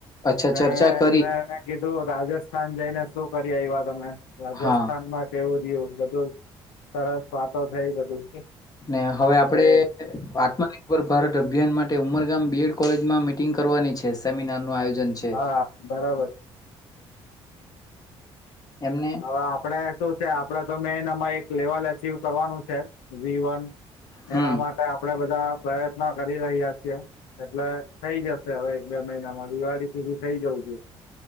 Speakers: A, on the left; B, on the left.
A: અચ્છા
B: હ
A: ચર્ચા કરી
B: મે <inaudible> રાજસ્થાન જઈને શું કરીએ, એ વા તમે રાજસ્થાનમાં
A: હા
B: કેવું? બું બધું સરસ વાતો થઈ બધું.
A: ને હવે આપડે
B: એ
A: આત્મનિર્ભર ભારત અભિયાન માટે ઉંમર ગામ બીએડ કોલેજમાં મીટિંગ કરવાની છે, સેમિનારનું આયોજન. છે
B: હા બરાબર
A: એમને
B: હવે આપડે શું છે આપડે તો મેન એમાં એક લેવલ આર્ચિવ કરવાનું છે, વી વન
A: હમ
B: એના માટે આપડે બધ બધ પ્રયત્ન કરી રહ્યા છે, એટલે થઈ જશે હવે એક બે મહિનામાં દિવાળી સુધી થ થઈ જઉ જેઇયે.